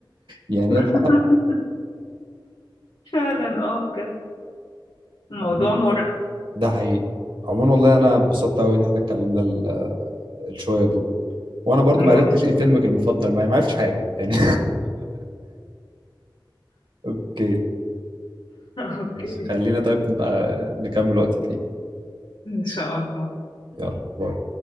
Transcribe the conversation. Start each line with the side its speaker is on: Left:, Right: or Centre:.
Right: يعني
Left: <laughs>
Right: هي اتحققت
Left: فعلا اه بجد الموضوع
Right: عم-
Left: مرعب
Right: ده حقيقي عموما والله انا اتبسطت قوي ان احنا اتكلمنا ال- الشويه دول وانا برضو
Left: <laughs> مرعب.
Right: ما عرفتش ايه فيلمك المفضل ما ما عرفتش حاجه يعني <laughs> اوكي
Left: اوكي
Right: ماشي. خلينا طيب نبقى نكمل وقت تاني
Left: ان شاء الله
Right: يلا باي